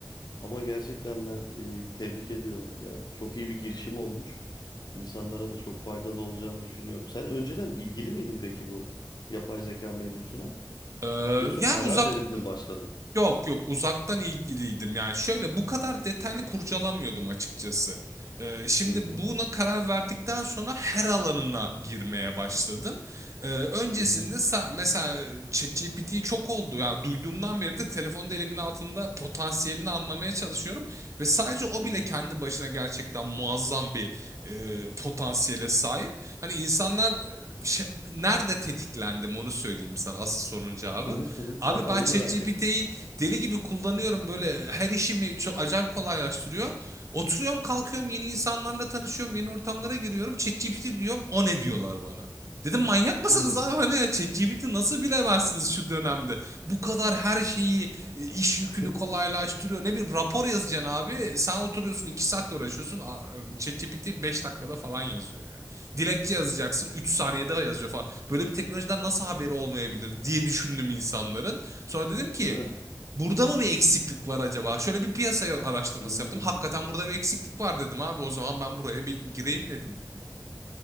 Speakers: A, on the left; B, on the right.
A: ama gerçekten ben eee, tebrik ediyorum. Yani çok iyi bir girişim olmuş. İnsanlara da çok faydalı olacağını düşünüyorum. Sen önceden ilgili miydin peki bu yapay zeka mevzusuna?
B: E,
A: Yoksa
B: yani
A: karar
B: uzak
A: verip mi başladın?
B: Yok yok uzaktan ilgiliydim. Yani şöyle bu kadar detaylı kurcalamıyordum açıkçası. Ee, şimdi
A: Hı hı,
B: buna karar verdikten sonra her alanına girmeye başladım. Ee, öncesinde
A: hı hı,
B: sa- mesela ChatGPT çok oldu. Yani duyduğumdan beri de telefonda elimin altında potansiyelini anlamaya çalışıyorum. Ve sadece o
A: hı hı,
B: bile kendi başına gerçekten muazzam bir e, potansiyele sahip. Hani insanlar e, şey, nerede tetiklendim onu söyleyeyim sana asıl sorunun cevabı.
A: hı hı, hı
B: Abi
A: hı. Hala
B: ben
A: onu
B: ChatGPT'yi
A: merak ettim.
B: Deli gibi kullanıyorum böyle her işimi çok acayip kolaylaştırıyor. Oturuyorum kalkıyorum yeni insanlarla tanışıyorum yeni ortamlara giriyorum. ChatGPT diyorum o ne diyorlar bana. Dedim manyak mısınız
A: Hmm.
B: abi hani ya ChatGPT nasıl bilemezsiniz şu dönemde. Bu kadar her şeyi e, iş
A: <laughs>
B: yükünü kolaylaştırıyor. Ne bileyim rapor yazacaksın abi sen oturuyorsun 2 saatte uğraşıyorsun. A- ChatGPT 5 dakikada falan yazıyor yani. Dilekçe yazacaksın 3 saniyede yazıyor falan. Böyle bir teknolojiden nasıl haberi olmayabilir diye düşündüm insanların. Sonra dedim ki
A: Değil mi?
B: Burada mı bir eksiklik var acaba? Şöyle bir piyasaya araştırması
A: Ha,
B: yaptım. Hakikaten burada bir eksiklik var dedim abi. O zaman ben buraya bir gireyim dedim yani.